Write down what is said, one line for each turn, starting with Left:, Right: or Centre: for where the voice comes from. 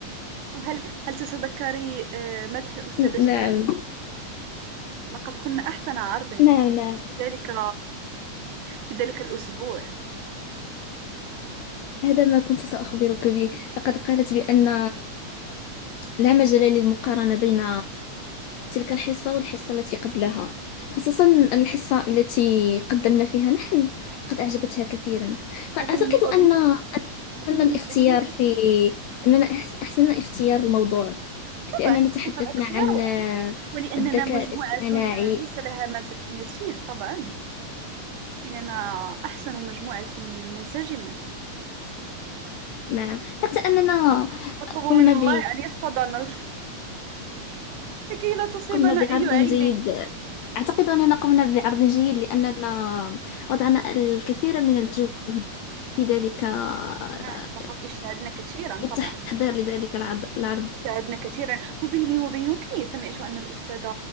Right: وهل هل تتذكري آه، مدح الأستاذة شيلا؟
Left: نعم
Right: لقد كنا أحسن عرض
Left: نعم نعم
Right: في ذلك في ذلك الأسبوع
Left: هذا ما كنت سأخبرك به لقد قالت بأن لا مجال للمقارنة بين تلك الحصة والحصة التي قبلها خصوصا الحصة التي قدمنا فيها نحن لقد أعجبتها كثيرا
Right: وبيني
Left: أعتقد
Right: وبينك
Left: أن أن
Right: وبيني
Left: أحسن الاختيار
Right: وبينك
Left: في أننا أحس- أحسننا اختيار الموضوع
Right: طبعا
Left: لأننا تحدثنا
Right: هذا الاختيار
Left: عن آه،
Right: ولأننا
Left: الذكاء
Right: مجموعة
Left: الاصطناعي
Right: ليس لها مت- مثيل طبعا إننا أحسن مجموعة منسجمة
Left: نعم حتى أننا
Right: أطلب من
Left: قمنا ب
Right: الله أن يحفظنا <laughs> لكي لا تصيبنا
Left: قمنا بعرض
Right: أي عين
Left: جيد أعتقد أننا قمنا بعرض جيد لأننا وضعنا الكثير من الجهد في ذلك آه،
Right: نعم لقد اجتهدنا كثيرا
Left: للتحضير
Right: طبعا
Left: لذلك العض- العرض
Right: اجتهدنا كثيرا وبيني وبينك سمعت أن الأستاذة